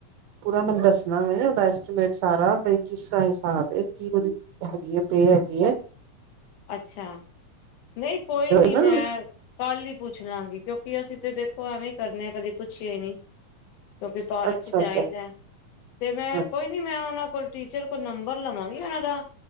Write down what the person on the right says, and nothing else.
ਪੂਰਾ ਮੈਨੂੰ ਦੱਸਣਾ ਵੇ ਉੱਦਾ ਐਸਟੀਮੇਟ ਸਾਰਾ ਭਇ ਕਿਸ ਤਰਹਾ ਹਿਸਾਬ ਏ ਕਿ ਕੁਜ ਹੈਗੀ ਏ ਪੇ ਹੈਗੀ ਹੈ।
ਨਾ
ਅੱਛਾ
ਅੱਛਾ
ਅੱਛਾ